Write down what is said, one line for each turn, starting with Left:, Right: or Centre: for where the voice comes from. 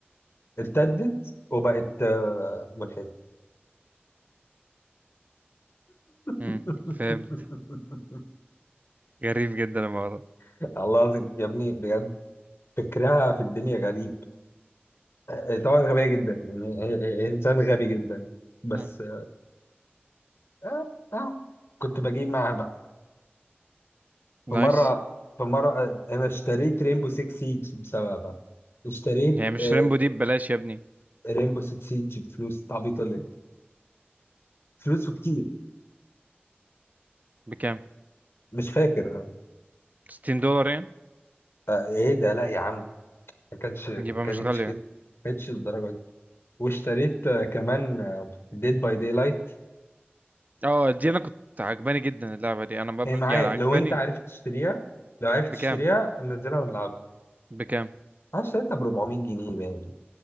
Left: ارتدت وبقت آه، ملحدة
Right: مم.
Left: <laughs>
Right: فهمت غريب جدا الموضوع ده.
Left: الله العظيم يا ابني بجد فكرها في الدنيا غريب آه، آه، طبعا غبية جدا يعني هي- هي هي إنسان غبي جدا بس
Right: مم.
Left: آه آه آه، كنت بجيب معاها بقى
Right: <laughs>
Left: في
Right: نايس
Left: مرة في مرة آه، أنا اشتريت رينبو 6 سيج بسببها اشتريت
Right: يعني مش
Left: آه
Right: ريمبو دي ببلاش يا ابني
Left: رينبو 6 سيج بفلوس تعبيطة ليه فلوس كتير
Right: بكام
Left: مش فاكر
Right: 60 دولار يعني
Left: آه، ايه ده لا يا عم ما كانتش ما
Right: يبقى
Left: كانتش
Right: مش غالية
Left: كده ما كانتش للدرجه دي واشتريت آه، كمان ديد باي داي لايت
Right: اه دي انا كنت عجباني جدا اللعبه دي انا
Left: هي
Right: ب...
Left: معايا
Right: يعني عجباني
Left: لو انت عارف تشتريها لو عرفت
Right: بكام
Left: تشتريها ننزلها ونلعبها
Right: بكام
Left: انا اشتريتها ب 400 جنيه يعني